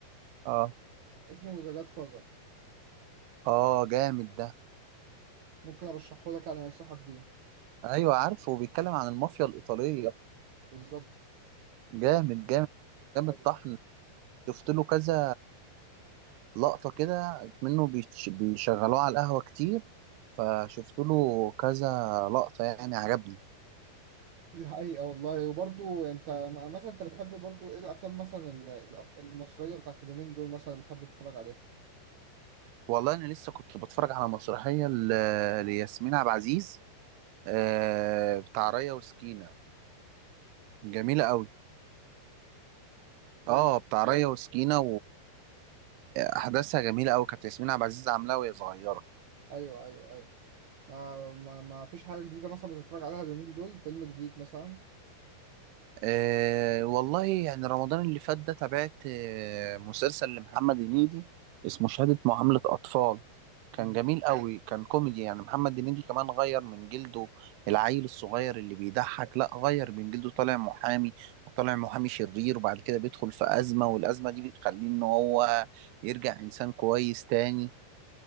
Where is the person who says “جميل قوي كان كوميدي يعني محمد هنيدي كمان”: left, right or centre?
Right